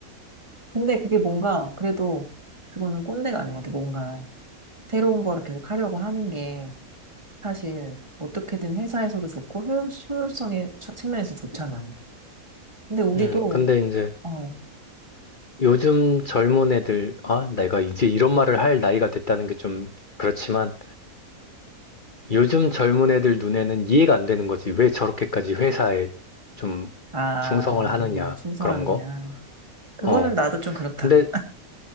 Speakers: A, on the right (about 20°); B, on the left (about 40°).
A: 근데 그게 뭔가, 그래도, 그거는 꼰대가 아닌 것 같아. 뭔가, 새로운 거를 계속 하려고 하는 게, 사실 어떻게든 회사에서도 좋고 효율, 효율성의 처- 측면에서 좋잖아. 근데 우리도
B: 음, 근데 이제
A: 어,
B: 요즘 젊은 애들, 아, 내가 이제 이런 말을 할 나이가 됐다는 게 좀 그렇지만 요즘 젊은 애들 눈에는 이해가 안 되는 거지. 왜 저렇게까지 회사에 좀
A: 아,
B: 충성을 하느냐,
A: 신성하느냐.
B: 그런 거.
A: 그거는
B: 어.
A: 나도 좀 그렇다.
B: 근데